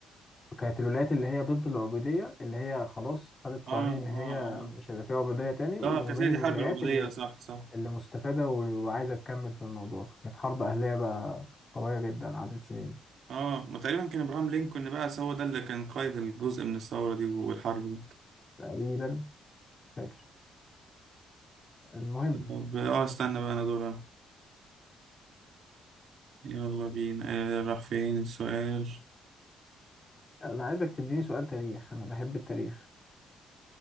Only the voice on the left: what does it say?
كانت الولايات اللي هي ضد العبوديه اللي هي خلاص خدت
قوانين
ان هي
مش هيبقى فيها عبوديه تاني وما
بين
الولايات
اللي
اللي مستفاده و- وعايزه تكمل في الموضوع فكانت حرب اهليه بقى قويه جدا عدت سنين
تقريبا مش فاكر المهم
انا عايزك تديني سؤال تاريخ انا بحب التاريخ